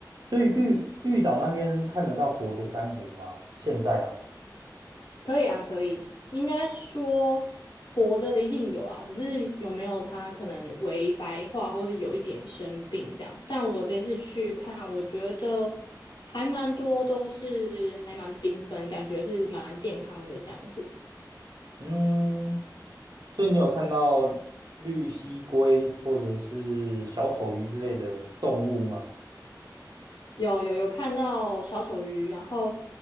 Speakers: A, on the right; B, on the left.
A: 所以绿绿岛那边看得到活的珊瑚吗？现在啦，
B: 可以啊，可以。应该说活的一定有啦，只是有没有它可能微白化，或是有一点生病这样。但我这次去看，我觉得还蛮多都是还蛮缤纷，感觉是蛮健康的珊瑚。
A: 嗯，所以你有看到绿蜥龟或者是小丑鱼之类的动物吗？
B: 有有有看到小丑鱼，然后